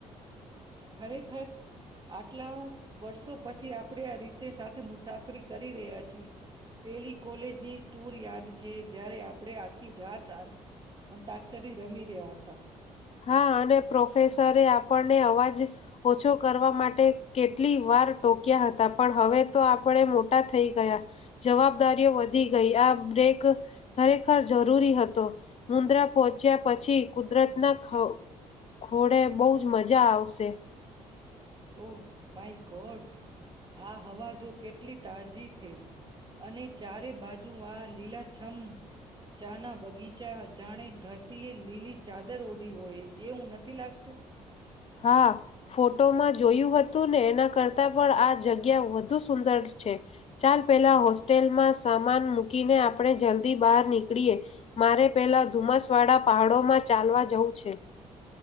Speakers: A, on the right; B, on the left.
A: ખરેખર આટલા વર્ષો પછી આપણડે આ રીતે સાથે મુસાફરી કરી રહ્યા છી પેલી કોલેજની ટૂર યાદ છે. જ્યારે આપડે આખી રાત આંત અંતાક્ષરી રમી રહ્યા હતા.
B: હા, અને પ્રોફેસરે આપણને અવાજ ઓછો કરવા માટે કેટલી વાર ટોક્યા હતા. પણ હવે તો આપડે મોટા થઈ ગયા જવાબદારીઓ વધી ગઈ આ બ્રેક ખરેખર જરૂરી હતો. મુન્દ્રા પહોચ્યા પછી કુદરતના ખો ખોડે બહુ જ મજા આવશે.
A: ઓહ! My God. આ હવા જો કેટલી તાજી થે અને ચારે બાજ જુઓ આ લીલા છમ્મ ચા ના બગીચા હજ જાને ધરતીએ લીલી ચાદર ઓઢી હોય, એવું નથી લાગતું?
B: હા, ફોટોમાં જોયું હતું ને એના કરતાં પણ આ જગ્યા વધુ સુંદર છે. ચાલ પેલા હોસ્ટેલમાં સામાન મૂકીને આપણે જલ્દી બહાર નીકળીએ. મારે પેલા ધુમ્મસવાળા પહાડોમાં ચાલવા જવું છે.